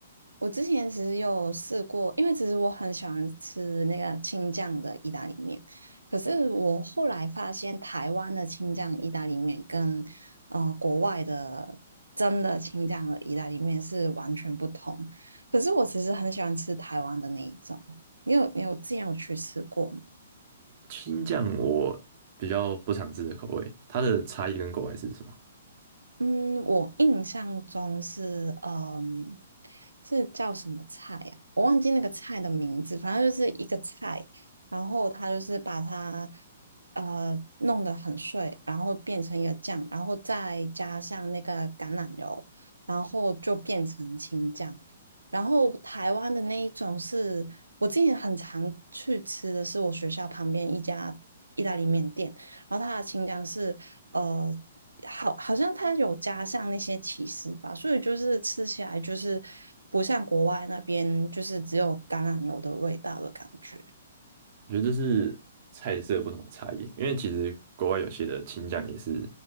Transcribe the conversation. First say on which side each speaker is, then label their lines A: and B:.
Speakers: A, on the right; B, on the right.
A: 我之前其实有试过，因为其实我很喜欢吃那个青酱的意大利面，可是我后来发现台湾的青酱意大利面跟呃国外的真的青酱的意大利面是完全不同。可是我其实很喜欢吃台湾的那一种，你有你有之前有去吃过吗？
B: 青酱我比较不常吃的口味，它的差异跟国外是什么？
A: 嗯，我印象中是，嗯，这叫什么菜呀、我忘记那个菜的名字，反正就是一个菜，然后它就是把它呃弄得很碎，然后变成一个酱，然后再加上那个橄榄油，然后就变成青酱。然后台湾的那一种是我之前很常去吃的是我学校旁边一家意大利面店，然后它的青酱是。呃。好，好像它有加上那些起司吧，所以就是吃起来就是不像国外那边就是只有橄榄油的味道的感觉。
B: 我觉得这是菜色不同的差异，因为其实国外有些的青酱也是，